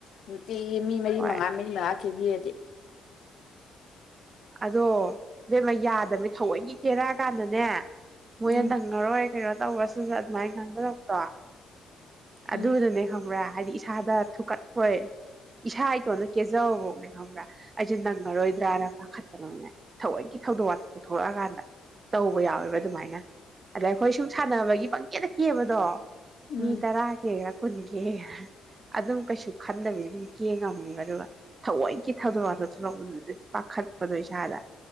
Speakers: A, on the left; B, on the right.
A: ꯅꯨꯇꯤꯒꯤ ꯃꯤ ꯃꯔꯤ
B: ꯍꯣꯏ
A: ꯃꯉꯥ ꯃꯔꯤ ꯃꯉꯥ ꯀꯦꯕꯤꯌꯦꯗꯤ
B: ꯑꯗꯣ ꯕꯦꯝꯃ ꯌꯥꯗꯃꯦ ꯊꯑꯣꯏꯀꯤ ꯀꯦꯔꯛꯑꯀꯥꯟꯗꯅꯦ ꯃꯣꯏ
A: ꯎꯝ
B: ꯅ ꯅꯪꯉꯔꯣꯏ ꯀꯩꯅꯣ ꯇꯧꯕ ꯁꯨꯁ ꯑꯗꯨꯃꯥꯏ ꯉꯥꯡꯅꯔꯛꯄꯔꯣ
A: ꯎꯝ
B: ꯑꯗꯨꯅꯅꯦ ꯈꯪꯕ꯭ꯔꯥ ꯍꯥꯏꯗꯤ ꯏꯁꯥꯗ ꯊꯨꯀꯠꯐꯣꯏ ꯏꯁꯥ ꯏꯇꯣꯟꯗ ꯀꯦꯖꯕꯕꯧꯅꯦ ꯈꯪꯕ꯭ꯔꯥ ꯑꯩꯁꯦ ꯅꯪꯉꯔꯣꯏꯗ꯭ꯔꯥꯅ ꯄꯥꯈꯠꯇꯅꯅꯦ ꯊꯑꯣꯏꯒꯤ ꯊꯧꯗꯣꯛ ꯋꯥꯊꯣꯛ ꯊꯣꯛꯂꯛꯑꯀꯥꯟꯗ ꯇꯧꯕ ꯌꯥꯎꯋꯦꯕ ꯑꯗꯨꯃꯥꯏꯅ ꯑꯗ ꯑꯩꯈꯣꯏ ꯁꯨꯝ ꯁꯥꯟꯅꯕꯒꯤ ꯄꯡ ꯀꯦꯗ ꯀꯦꯕꯗꯣ
A: ꯎꯝ
B: ꯃꯤ ꯇꯔꯥ ꯍꯦꯌꯛ ꯀꯨꯟꯒꯤ ꯑꯗꯨꯝ ꯀꯩꯁꯨ ꯈꯟꯗꯕꯤꯗ ꯗꯨꯝ ꯀꯦꯉꯝꯅꯦꯕ ꯑꯗꯨꯒ ꯊꯑꯣꯏꯀꯤ ꯊꯧꯗꯣꯛ ꯋꯥꯊꯣꯛ ꯊꯣꯛꯂꯛꯄꯗꯨꯗꯗꯤ ꯄꯥꯈꯠꯄꯗꯣ ꯏꯁꯥꯗ